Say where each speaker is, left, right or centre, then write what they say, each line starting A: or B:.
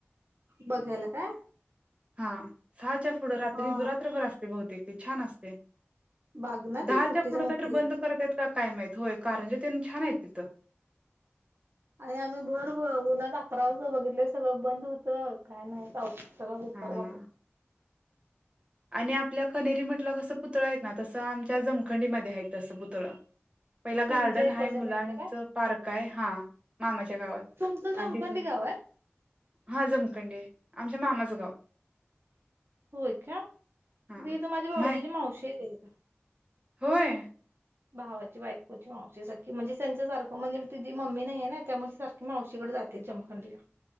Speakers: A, on the right; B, on the right.
A: बघायला काय
B: हा, सहाच्या पुढं रात्री
A: हा
B: रात्रभर असतंय बहुतेक ते छान असतंय.
A: बाग ना
B: दहाच्या
A: ती मोठीच्या
B: पुढ
A: मोठी.
B: कायतरी बंद करतयेत का काय माहित. होय, कारंजे तेन छान आहेत तिथं.
A: आणि आम्ही भर उन्हात अकरा वाजता बघितलं, सगळं बंद होतं. काय नाही अहो सगळं विपार
B: हा
A: झालेलं.
B: आणि आपल्या कन्हेरी मठला कसं पुतळं आहेत ना, तसं आमच्या जमखंडीमध्ये आहेत तसं पुतळं. पहिला
A: तुमच्या
B: गार्डन
A: इकडच्या
B: आहे, मुलांच
A: साईडला काय
B: पार्क आहे हा मामाच्या गावात
A: तुमचं
B: आणि
A: जमखंडी
B: तिथंन
A: गाव आहे
B: हा जमखंडी हाय. आमच्या मामाचं गाव
A: होय काय? ती
B: हा
A: तिथं माझ्या भाऊजची
B: माय
A: मावशी आहे ताई
B: होय?
A: भावाची बायकोची मावशी. सख्खी म्हणजे त्यांच सारखं म्हणजे तिझी मम्मी नाहीये ना, त्यामुळे ती सारखी मावशीकडे जात ते जमखंडीला